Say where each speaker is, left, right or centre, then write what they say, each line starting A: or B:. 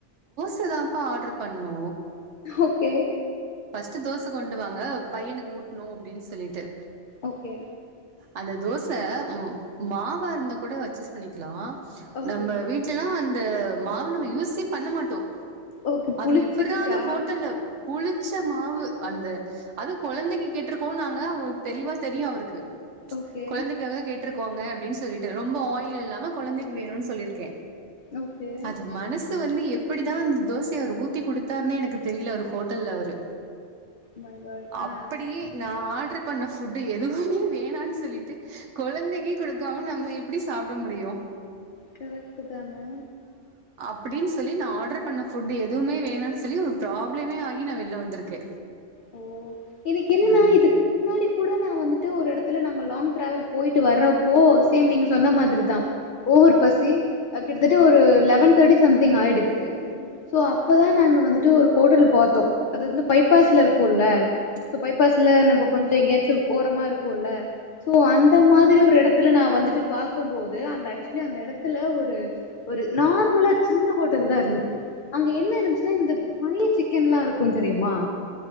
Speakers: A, on the right; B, on the left.
A: து தான்பா ஆட்ரு பண்ணோ
B: ஓகே
A: பஸ்டு தோச கொண்டுவாங்க பையனுக்கு ஊட்னோ அப்டின் சொல்லிட்டு
B: ஓகே
A: அந்த தோச உம் மாவா இருந்த கூட அச்சஸ் பண்ணிக்கலா
B: ஓகே
A: நம்ம வீட்லலா இந்த மாவ நம்ம யூசே பண்ண மாட்டோ
B: ஓகே
A: அது
B: புளிச்சிருச்சா
A: எப்புரா அந்த ஹோட்டல்ல புளிச் புலிச்ச மாவு அந்த அது குழந்தைக்கு கேட்டிருக்கோ நாங்க அவருக்கு தெளிவா தெரியு அவருக்கு
B: ஓகே
A: குழந்தைக்கு அவங்க கே க்கோங்க அப்டின் சொல்லிட்டு ரொம்ப ஆயில் இல்லாம குழந்தைக்கு வேணுனு சொல்லிருக்கே
B: ஓகே
A: அத மனசு வந்து எப் எப்டிதா அந்த தோசைய அவர் ஊத்தி கோடுத்தாருனே எனக்கு தெரியல அவர் ஹோடல்ல அவரு
B: மை காட்
A: அப்டியே
B: ஆ
A: நா ஆட்ரு குக் பண்ண பிவூட்டு எதுவுமே வேணானு சொல்லிட்டு குழந்தைக்கு குடுக்காம நம்ப எப்டி சாப்பிட முடியும்
B: கரெக்டு தானே
A: அப்டின் சொல்லி நா ஆட்ரு பண்ண ஃபுட் எதுவுமே வேனானு சொல்லி ஒரு ப்ராப்ளமே ஆயி நா வெல்ல வந்திருக்கே
B: ஓ எனக்கு என்னன்னா
A: ம்
B: இதுக்கு முன்னாடி கூட நா வந்து து ஒரு எடதுல நாங்க லாங் ட்ராவல் போயிட்டு வரப்போ சேம் நீங்க சொன்ன மாதிரிதா ஓவர் பசி அது கிட்டதட்ட ஒரு லெவன் தர்ட்டி சம்திங் அயிடுச்சி சோ அப்பதா நாங்க வந்துட்டு ஒரு ஹோட்டல் பாத்தோ அது வந்து பைபாஸ்லா இருக் கோள்ளே பைபாஸ்ல நம்ப கொஞ்ச எங்கயாச்சு ஓரமா இருக்குல்ல சோ அந்த மாரி ஒரு இடத்துல நா வந்துட்டு பாக்கும்போது அந்த ஆக்சுவலி அந்த இடத்துல ஒரு ஒரு நார்மலா சின்ன ஹோட்டல் தா இருந்துச்சு அங்க என்ன இருஞ்சின இந்த பழைய சிக்கன்லா இருக்கோ தெரியுமா